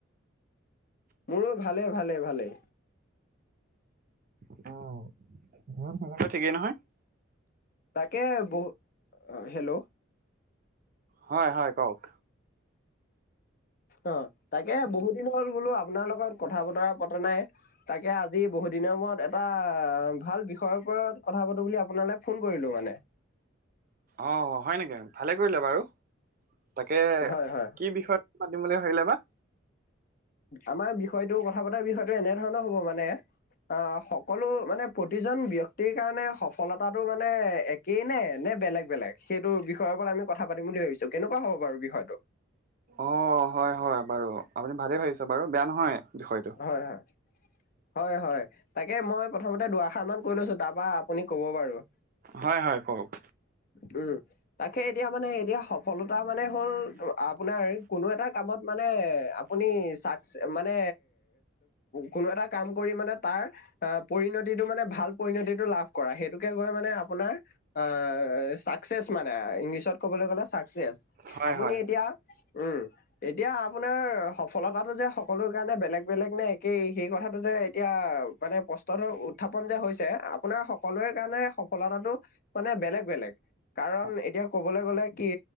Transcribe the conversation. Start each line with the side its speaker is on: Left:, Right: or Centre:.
Left: মোৰো ভালেই ভালেই ভালেই।
Right: অ' ঘৰতো তোমালোকৰ ঠিকেই নহয়?
Left: তাকে বহু--হেল্লৌ'!
Right: হয় হয়, কওঁক!
Left: অ' তাকে বহুত দিন হ'ল বোলো আপোনাৰ লগত কথা-বতৰা পতা নাই। তাকে আজি বহুত দিনৰ মূৰত এটা ভাল বিষয়ৰ ওপৰত কথা পাতো বুলি আপোনালৈ ফোন কৰিলো মানে।
Right: অ' হয় নেকি? ভালে কৰিলা বাৰু! তাকে
Left: হয়
Right: কি
Left: হয়
Right: বিষয়ত? পাতিম বুলি ভাবিলা বা?
Left: আমাৰ বিষয়টো কথা পতাৰ বিষয়টো এনে ধৰণৰ হ'ব মানে অ' সকলো মানে প্ৰতিজন ব্যক্তিৰ কাৰণে সফলতাটো মানে একেই নে, নে বেলেগ বেলেগ সেইটো বিষয়ৰ ওপৰত আমি কথা পাতিম বুলি ভাবিছো। কেনেকুৱা হ'ব বাৰু বিষয়টো?
Right: অ' হয় হয় বাৰু! আপুনি ভালেই ভাবিছে বাৰু বেয়া নহয় বিষয়টো।
Left: হয় হয়। হয় হয়, তাকে মই প্ৰথমতে দু-আষাৰ মান কৈ লৈছো তাৰ পৰা আপুনি ক'ব বাৰু।
Right: হয় হয় কওঁক!
Left: উম। তাকে এতিয়া মানে, এতিয়া সফলতা মানে, হ'ল আপোনাৰ কোনো এটা কামত মানে আপুনি চাক্সচ, মানে কোনো এটা কাম কৰি মানে তাৰ আ, পৰিণতিটো মানে ভাল পৰিণতিটো লাভ কৰা, সেইটোকে গৈ মানে আপোনাৰ আ, চাক্সচেচ মানে ইংলিছত ক'বলৈ গ'লে চাক্সচেচ।
Right: হয়
Left: আপুনি
Right: হয়
Left: এতিয়া উম, এতিয়া আপোনাৰ সফলতাটো যে সকলো কাৰণে বেলেগ বেলেগ নে, একেইই সেই কথাটো যে এতিয়া মানে প্ৰশ্নটো উত্থাপন যে হৈছে আপোনাৰ সকলোৰে কাৰনে সফলতাটো মানে বেলেগ বেলেগ। কাৰণ
Right: হয়
Left: এতিয়া ক'বলে গ'লে কি